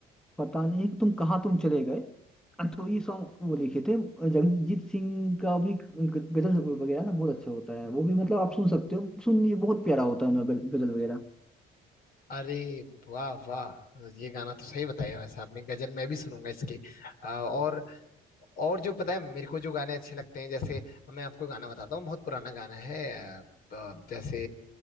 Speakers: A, in the centre; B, on the left (about 60°).
A: पता नहीं तुम कहाँ तुम चले गए तो ये सॉन्ग वो लिखे थे जगजीत सिंह का भी ग- गजल वगैरह ना बहुत अच्छा होता है वो भी मतलब आप सुन सकते हो सुन ये बहुत प्यारा होता है उनका गज- गजल वगैरह
B: अरे वाह वाह ये गाना तो सही बताया वैसे आपने गजल मैं भी सुनूंगा इसकी आ, और और जो पता है मेरे को जो गाने अच्छे लगते हैं जैसे मैं आपको गाना बताता हूँ बहुत पुराना गाना है आ, आ, जैसे